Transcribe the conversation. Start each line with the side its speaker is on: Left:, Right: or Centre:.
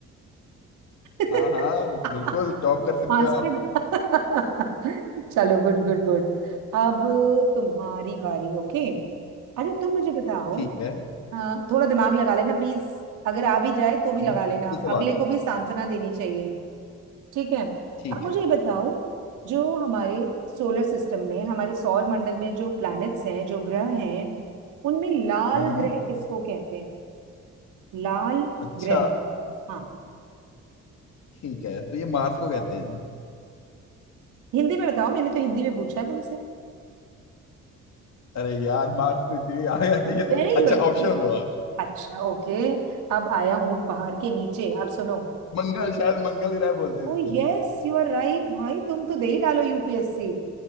Right: <laughs>
Left: हाँ हाँ बिल्कुल टॉप कर सकते
Right: हॉस्पिटल
Left: हो आप
Right: <laughs> चलो गुड गुड गुड अब तुम्हारी बारी ओके अच्छा तुम मुझे बताओ
Left: ठीक है
Right: हाँ थोड़ा दिमाग लगा लेना प्लीज अगर आ भी जाए तो भी लगा
Left: मुश्किल
Right: लेना
Left: सवाल
Right: अगले को भी सांत्वना देनी चाहिए ठीक है
Left: ठीक
Right: अब मुझे
Left: है
Right: ये बताओ जो हमारे सोलर सिस्टम में हमारे सौर मंडल में जो प्लैनेट्स हैं जो ग्रह हैं उनमें लाल
Left: हाँ हाँ।
Right: ग्रह किसको कहते हैं लाल
Left: अच्छा
Right: ग्रह हाँ
Left: ठीक है तो ये मार्स को कहते हैं
Right: हिंदी में बताओ मैंने तो हिंदी में पूछा है तुमसे
Left: अरे यार मार्स तो इंडिया आ गया था ये तो
Right: Very
Left: अच्छा
Right: good
Left: ऑप्शन दो आप
Right: अच्छा ओके अब आया ऊंट पहाड़ के नीचे अब सुनो
Left: मंगल शायद मंगल ग्रह बोलते हैं
Right: Oh
Left: इसको
Right: yes you are right भाई तुम तो दे ही डालो यूपीएससी